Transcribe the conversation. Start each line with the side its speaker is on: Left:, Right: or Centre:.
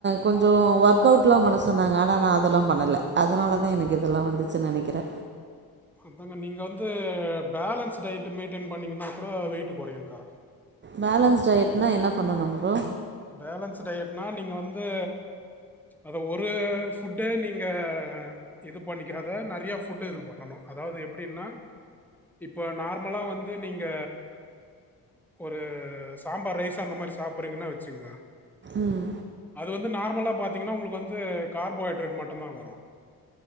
Right: கொஞ்சோ ஒர்க் அவுட்லா பண்ண சொன்னாங்க ஆனா நா அதெல்லா பண்ணல அதனால <unintelligible> எனக்கு இதெல்லாம வந்துச்சு நெனக்குறே.
Centre: அது நீங்க வந்து பேலன்ஸ் டயட் மெயின்டென் பண்ணீங்கன்னா கூட வெயிட் கொறையுக்கா
Right: பேலன்ஸ் டயட்னா என்ன பண்ணணும் ப்ரோ
Centre: பேலன்ஸ் டயட்னா நீங்க வந்து அத ஒரு ஃபுட்டு நீங்க அ இது பண்ணிக்காத நெறையா ஃபுட்டு இது பண்ணணு அதாவது எப்டின்னா இப்போ நார்மலா வந்து நீங்க ஒரு சாம்பார் ரைஸ் அந்த மாரி சாப்ட்றீங்கன்னா வச்ச சிங்கா
Right: ம்
Centre: அது வந்து நார்மலா பாத்தீங்கன்னா உங்களுக்கு வந்து கார்போஹைட்ரேட் மட்டும்தா வரு